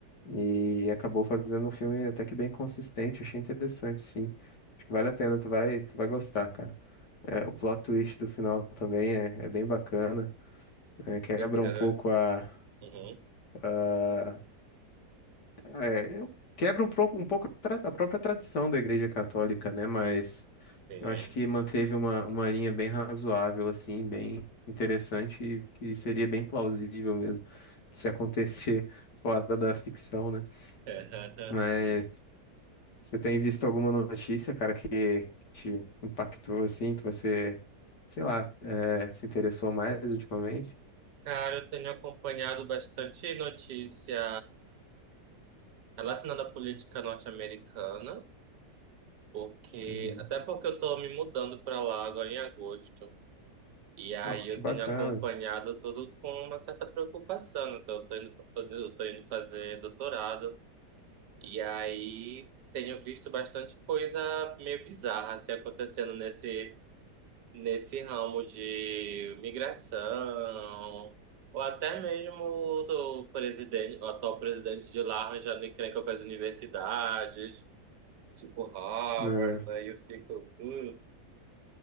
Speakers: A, on the left; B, on the right.
A: E acabou fazendo um filme até que bem consistente, achei interessante, sim. Acho que vale a pena, tu vai, tu vai gostar, cara. É, o plot twist do final também é, é bem bacana, é, quebra
B: Eu quero.
A: um pouco a,
B: Uhum,
A: a- é, eu- quebra um pouco, um pouco a, tra- a própria tradição da Igreja Católica, né? Mas
B: sim.
A: eu acho que manteve uma, uma linha bem razoável, assim, bem interessante, e que seria bem plausível mesmo se acontecer <laughs> fora da ficção, né?
B: <laughs>
A: Mas. Você tem visto alguma notícia, cara, que te impactou assim, que você, sei lá, é, se interessou mais ultimamente?
B: Cara, eu tenho acompanhado bastante notícia relacionada à política norte-americana, porque
A: Uhum.
B: até porque eu tô me mudando para lá agora em agosto. E aí
A: Ó, que
B: eu
A: bacana.
B: tenho acompanhado tudo com uma certa preocupação. né? Então, eu tô indo, tô, eu tô indo fazer doutorado. E aí tenho visto bastante coisa meio bizarra assim, acontecendo nesse, nesse ramo de migração. Ou até mesmo o presidente, o atual presidente de lá arranjando encrenca com as universidades, tipo Harvard,
A: né?
B: aí eu fico. "Uh,